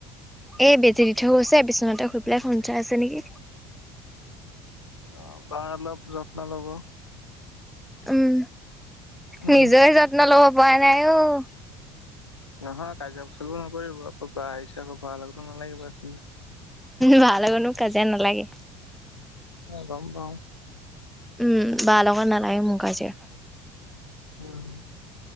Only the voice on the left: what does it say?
অ', বাৰ অলপ যত্ন লব।
উম
নহয় কাজিয়া পেচালো নকৰিব আকৌ বা আহিছে আকৌ বা লগতো নালাগিব এ
অ', গম পাওঁ।
উম,